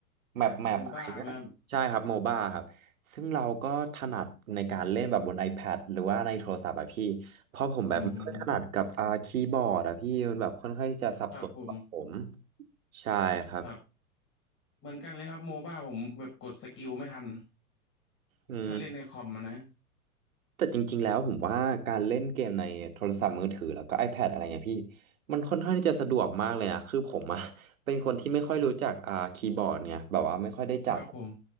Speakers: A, on the right (about 70°); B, on the left (about 30°).
A: แมปแมปอะไรเงี้ยใช่ครับโมบ้าครับซึ่งเราก็ถนัดในการเล่นแบบบน
B: โมบ้าไหมครับ
A: iPad หรือว่าในโทรศัพท์อ่ะพี่เพราะผมแบบไม่ค่อยถนัดกับอ่าคีย์บอร์ดอ่ะพี่มันแบบค่อนข้างที่จะสับสนกับผม
B: อืม ครับผม
A: ใช่ครับ
B: ครับ เหมือนกันเลยครับโมบ้าผมแบบกดสกิลไม่ทัน
A: อืม
B: ถ้าเล่นในคอมอะนะ
A: แต่จริงๆแล้วผมว่าการเล่นเกมในโทรศัพท์มือถือแล้วก็ iPad อะไรเงี้ยพี่มันค่อนข้างที่จะสะดวกมากเลยนะคือผมอะ <laughs> เป็นคนที่ไม่ค่อยรู้จักอ่าคีย์บอร์ดเนี่ยแบบว่าไม่ค่อยได้จับ
B: ครับผม